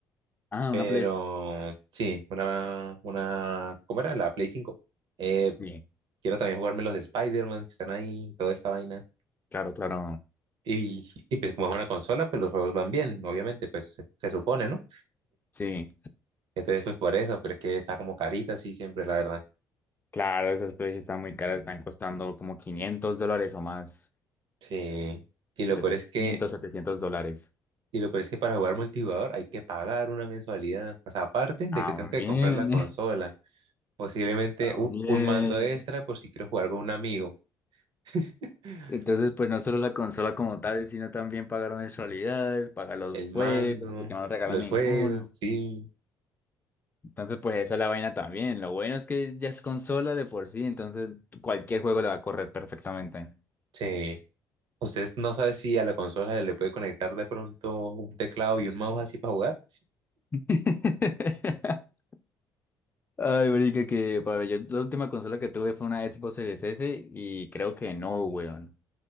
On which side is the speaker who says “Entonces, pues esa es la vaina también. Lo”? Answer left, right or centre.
Left